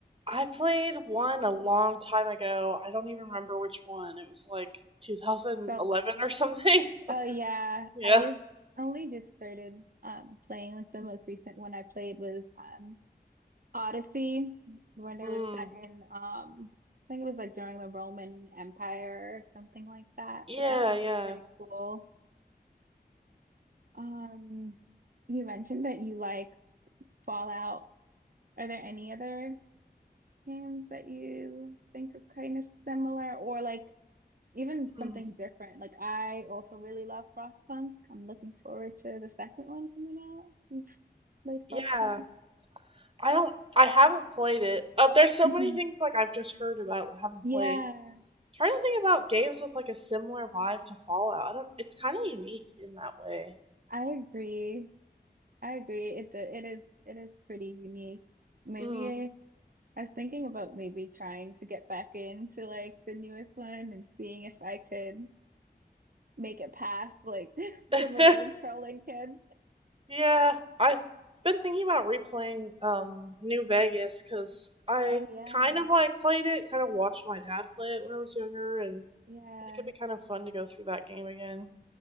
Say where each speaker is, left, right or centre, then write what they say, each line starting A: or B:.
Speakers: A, on the right; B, on the right.
A: I played one a long time ago. I don't even remember which one. It was like 2011
B: So long.
A: or something.
B: Oh
A: <laughs>
B: yeah,
A: Yeah.
B: I only just started um playing like the most recent one I played was um Odyssey when it
A: Mm.
B: was set in um I think it was like during the Roman Empire or something like that,
A: Yeah,
B: but that one
A: yeah.
B: was pretty cool. Um, you mentioned that you like Fallout. Are there any other games that you think are kind of similar or like even something
A: Mm.
B: different? Like I also really love Frostpunk. I'm looking forward to the second one coming out. You played
A: Yeah.
B: Frostpunk.
A: I don't I haven't played it. Uh, there's so
B: hmm
A: many things like I've just heard about but haven't
B: Yeah,
A: played. trying to think about games with like a similar vibe to Fallout. I don't it's kind of unique in that way.
B: I agree. I agree. It it is it is pretty unique. Maybe
A: Mm.
B: I, I was thinking about maybe trying to get back into like the newest one and seeing if I could make it past like <laughs>
A: <laughs>
B: some of those trolling kids.
A: Yeah, I've been thinking about replaying um New Vegas because I
B: Oh yeah.
A: kind of like played it, kind of watched my dad play it when I was younger, and
B: Yeah.
A: I think it'd be kind of fun to go through that game again.